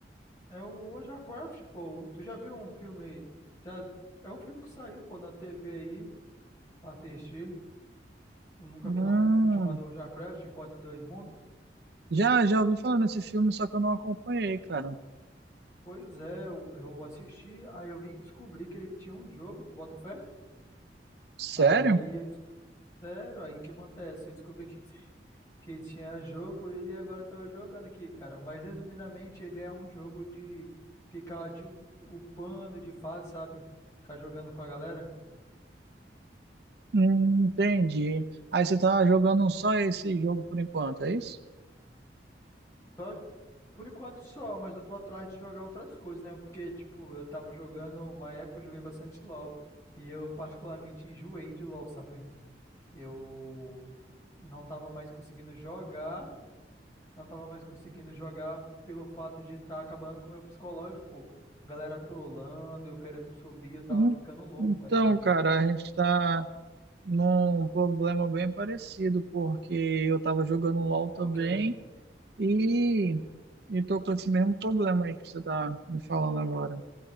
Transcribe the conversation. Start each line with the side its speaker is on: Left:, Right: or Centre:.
Left: É o World of Warcraft, pô. Tu já viu um filme? Já é um filme que saiu, pô, na TV aí pra assistir. Eu nunca
Right: Hum,
Left: vi não um filme chamado World of Warcraft, Enquanto Dois Mundos.
Right: já, já ouvi falar nesse filme, só que eu não acompanhei, cara.
Left: Pois é, eu, eu assisti, aí eu vim descobrir que ele tinha um jogo, tu bota fé?
Right: Sério?
Left: Aí eu disse, sério, aí o que acontece? Eu descobri que <laughs> que tinha jogo, ele agora tá jogando aqui, cara. Mas resumidamente, ele é um jogo de ficar de upando de fase, sabe? Ficar jogando com a galera.
Right: Hum, entendi. Aí você tá jogando só esse jogo por enquanto, é isso?
Left: Só, por enquanto só, mas eu tô atrás de jogar outras coisas, né? Porque, tipo, eu tava jogando, uma época eu joguei bastante LoL. E eu particularmente enjoei de LoL, <laughs> sabe? Eu não tava mais conseguindo jogar. não tava mais conseguindo jogar pelo fato de estar acabando com o meu psicológico, pô. Galera trollando, eu querendo subir, eu tava
Right: Hum,
Left: ficando louco,
Right: Então,
Left: velho, com isso.
Right: cara, a gente está num problema bem parecido, porque eu tava jogando LoL
Left: Porque,
Right: também. E estou com esse mesmo problema aí que você está me falando agora.